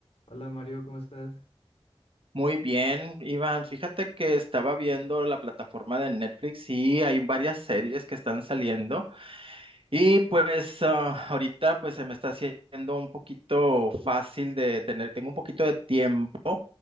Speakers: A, on the left; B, on the right.
A: Hola Mario, ¿cómo estás?
B: Muy bien, Iván. Fíjate que estaba viendo la plataforma de Netflix y hay varias series que están saliendo y pues ah, ahorita pues se me está haciendo un poquito fácil de tener, tengo un poquito de tiempo